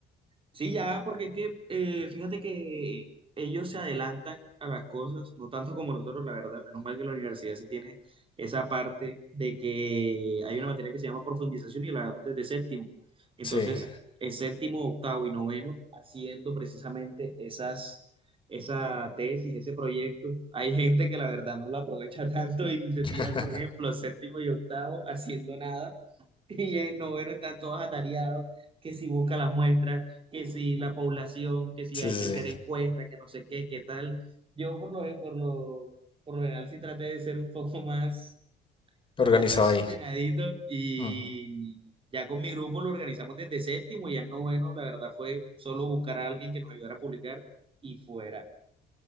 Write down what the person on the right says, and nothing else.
Sí, ya, porque es que eh, fíjate que ellos se adelantan a las cosas, no tanto como nosotros, la verdad. Menos mal que la universidad sí tiene esa parte de que hay una materia que se llama profundización y la damos desde séptimo. Entonces,
el séptimo, octavo y noveno, haciendo precisamente esas, esa tesis, ese proyecto. Hay gente que la verdad no la aprovecha <laughs> tanto y se
tira, por ejemplo, séptimo y octavo haciendo nada. <laughs> Y en noveno están todos atareados, que si busca las muestras que si la población, que si
hay
que hacer encuestas,
que no sé qué, qué tal. Yo por lo, por lo, por lo general sí traté de ser un poco más,
un poco más
ordenadito y
ya con mi grupo lo organizamos desde séptimo y ya no noveno, la verdad fue solo buscar a alguien que nos ayudara a publicar y fuera.